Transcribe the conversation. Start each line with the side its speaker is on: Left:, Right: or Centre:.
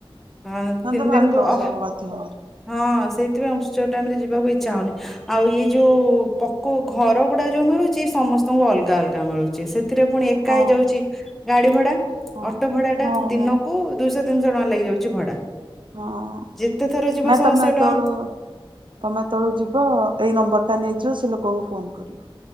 Centre: ହଁ ତିନି
Right: ତ ଭାରି
Centre: ଦିନକୁ
Right: ଲସ୍
Centre: ଅ
Right: ହବ ବାଧ୍ୟ ହବରେ
Centre: ହଁ ସେଇଥିପାଇଁ ଉ୍ଚ ଟାଇମ ରେ ଯିବାକୁ ଇଚ୍ଛା ହଉନି ଆଉ ଇ ଯଉ ପୋକ ଘର ଗୁଡା ଯୋଉ ମିଳୁଛି ସମସ୍ତଙ୍କୁ ଅଲଗା ଅଲଗା ମିଳୁଛି ସେଥିରେ ପୁଣି ଏକା
Right: ହଁ
Centre: ହେଇଯାଉଛି ଗାଡି ଭଡା ଅଟୋ
Right: ହଁ
Centre: ଭଡା ଟା
Right: ହଁ
Centre: ଦିନକୁ
Right: ହଁ
Centre: ଦିଇଶହ ତିନିଶହ ଟଙ୍କା ଲାଗିଯାଉଛି ଭଡା
Right: ହଁ
Centre: ଯେତେ ଥର ଯିବ
Right: ନାଇଁ
Centre: ଶହେ
Right: ତମେ
Centre: ଶହେ
Right: ତେଳୁ
Centre: ଟଙ୍କା
Right: ତମେ ତେଳୁ ଯିବ ଏଇ ନମ୍ବର ଟା ନେଇଯ ସେ ଲୋକଙ୍କୁ ଫୋନ କରିବ।